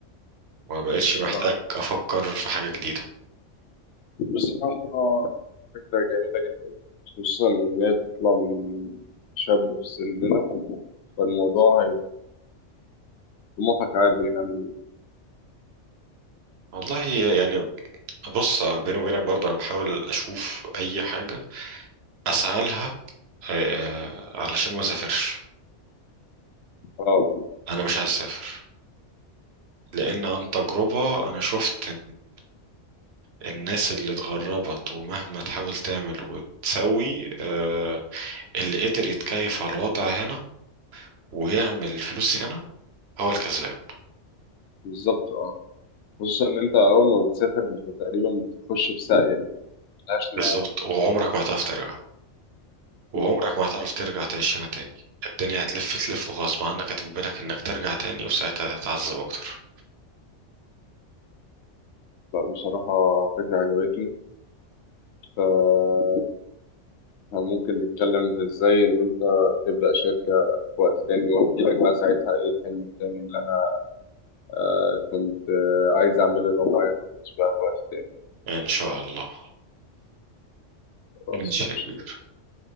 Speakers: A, on the right; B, on the left.
A: ما بقتش
B: بصراحة
A: محتاج أفكر في حاجة جديدة
B: بصراحة فكرة جميلة جدا خصوصا ان هي تطلع من شاب في سننا فالموضوع طموحك عالي يعني
A: والله يعني بص بيني وبينك برضه أنا بحاول أشوف أي حاجة أسعى لها آه، علشان ما أسافرش
B: اه
A: أنا مش عايز أسافر لأن عن تجربة أنا شفت إن الناس اللي اتغربت ومهما تحاول تعمل وتسوي آه، اللي قدر يتكيف على الوضع هنا ويعمل فلوس هنا هو الكسبان
B: بالظبط اه خصوصا ان انت اول ما بتسافر انت تقريبا بتخش في ساقية ملهاش نهاية
A: بالظبط وعمرك ما هتعرف ترجع وعمرك
B: مم.
A: ما هتعرف ترجع تعيش هنا تاني الدنيا هتلف تلف وغصب عنك هتجبرك إنك ترجع تاني وساعتها هتتعذب أكتر
B: لا بصراحة فكرة عجبتني ف- فممكن نتكلم في ازاي ان انت تبدأ شركة في وقت تاني واحكي لك بقى ساعتها ايه الحلم التاني اللي انا آه، كنت آه، عايز اعمله لو معايا فلوس بقى في وقت تاني
A: إن شاء الله
B: خلاص
A: ماشي
B: ماشي
A: يا كبير